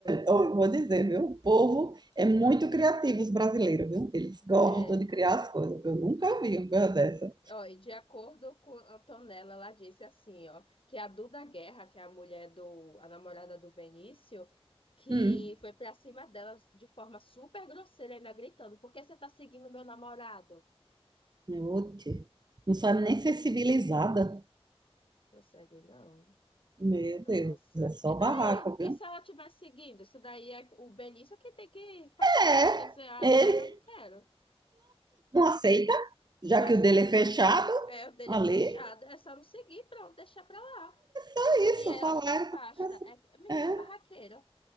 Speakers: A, on the right; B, on the left.
A: eu vou dizer, viu? O povo é muito criativo, os brasileiros, viu? Eles gostam
B: É.
A: de criar as coisas. Eu nunca vi uma coisa dessa.
B: Ó, e de acordo com a Antonella, ela disse assim, ó, que a Duda Guerra, que é a mulher do, a namorada do Benício, que
A: Hum,
B: foi pra cima dela de forma super grosseira, ainda gritando, por que você tá seguindo meu namorado?
A: oxe. Não sabe
B: É,
A: nem ser civilizada.
B: consegue não.
A: Meu Deus,
B: Nossa.
A: é só
B: E daí?
A: barraco, viu?
B: E se ela estiver seguindo? Isso daí é o Benício que tem que fazer as
A: É,
B: coisas, dizer, ah,
A: ele
B: quero ou não quero.
A: não aceita, já
B: Nossa,
A: que o dele é fechado
B: é, é, o dele
A: ali.
B: é fechado, é só não seguir, pronto, deixar pra lá.
A: É
B: E
A: isso,
B: ela
A: falaram.
B: se afasta. É é menina
A: É,
B: barraqueira.